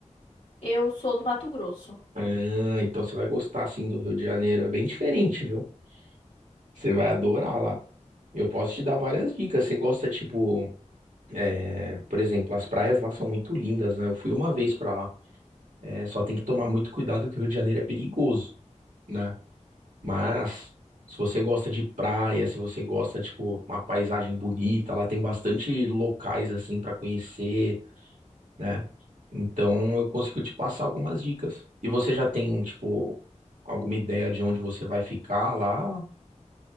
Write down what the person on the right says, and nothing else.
Ah, então você vai gostar sim do Rio de Janeiro. É bem diferente, viu? Você vai adorar lá. Eu posso te dar várias dicas. Você gosta, tipo, é, por exemplo, as praias lá são muito lindas, né? Eu fui uma vez para lá. É, só tem que tomar muito cuidado que o Rio de Janeiro é perigoso. né? Mas se você gosta de praia, se você gosta, tipo, uma paisagem bonita, lá tem bastante locais assim para conhecer, né? Então eu consigo te passar algumas dicas. E você já tem, tipo, alguma ideia de onde você vai ficar lá?